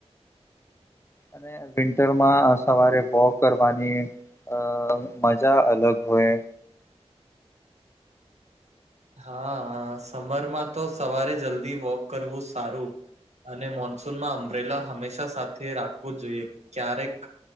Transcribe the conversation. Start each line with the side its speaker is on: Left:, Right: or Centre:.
Left: અને વિન્ટરમાં સવારે વોક કરવાની અ મજા અલગ હોય.
Right: હા સમરમાં તો સવારે જલ્દી વોક કરવું સારું. અને મોનસૂનમાં અંબરેલા હંમેશા સાથે રાખવું જોઈએ ક્યારેક